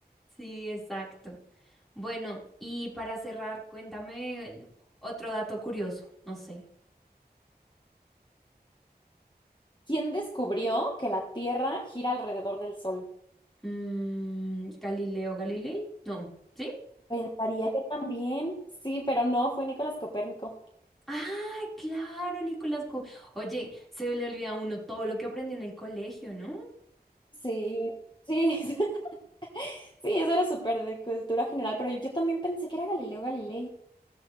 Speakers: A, in the centre; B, on the left (about 25°).
A: Sí, exacto. Bueno, y para cerrar, cuéntame el- otro dato curioso, no sé.
B: ¿Quién descubrió que la Tierra gira alrededor del Sol?
A: Mm, Galileo Galilei, no, ¿sí?
B: Pensaría yo también. Sí, pero no, fue Nicolás Copérnico.
A: Ah, claro, Nicolás. Co- Oye, se le olvida a uno todo lo que aprendió en el colegio, ¿no?
B: Sí, sí. <laughs> Sí, eso era súper de cultura general, pero yo, yo también pensé que era Galileo Galilei.